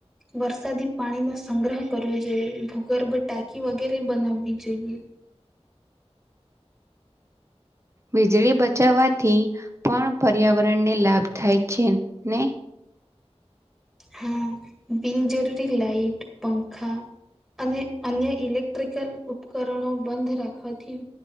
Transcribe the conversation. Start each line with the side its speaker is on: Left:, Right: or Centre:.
Centre: વરસાદી પાણી નો સંગ્રહ કરવો જોઈએ ભૂગર્ભ ટાંકી વગેરે બનાવવી જોઈએ.
Right: વીજળી બચાવવાથી પણ પર્યાવરણને લાભ થાય છે ને
Centre: હા, બિનજરૂરી લાઈટ, પંખા અને અન્ય ઇલેક્ટ્રિકલ ઉપકરણો બંધ રાખવાથી